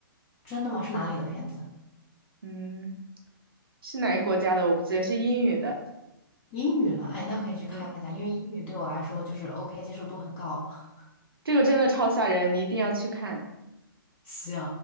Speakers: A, on the left; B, on the right.
A: 真的吗？是哪里的片子？
B: 嗯，是哪个国家的？我不记得，是英语的，
A: 英语了，哎，那可以去看一下，
B: 嗯，
A: 因为英语对我来说就是 OK，接受度很高。<laughs>
B: 这个真的超吓人，你一定要去看，
A: 行，